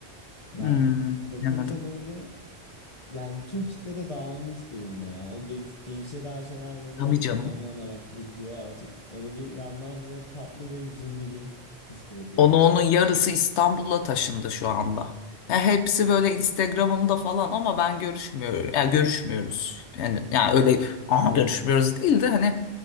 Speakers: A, on the left; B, on the left.
A: Yani
B: Hmm,
A: bakınca
B: bilemedim.
A: böyle yani bütün kitle de dağılmış durumda ya. O genç, gençliğe dair şeyler böyle
B: Tabii
A: hep
B: canım.
A: ana olarak duruyor artık. O da bir yandan böyle tatlı ve hüzünlü bir his bırakıyor
B: Onu
A: gerçekten.
B: onun yarısı İstanbul'a taşındı şu anda. Ya hepsi böyle Instagram'ımda falan ama ben görüşmüyorum. Ya görüşmüyoruz. Yani ya öyle aa görüşmüyoruz değil de hani